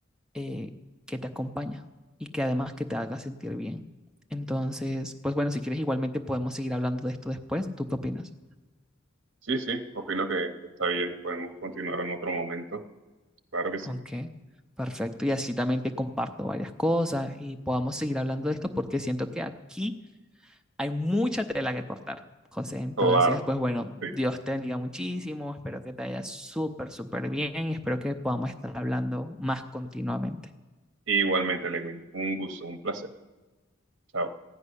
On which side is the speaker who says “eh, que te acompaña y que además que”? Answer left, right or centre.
Centre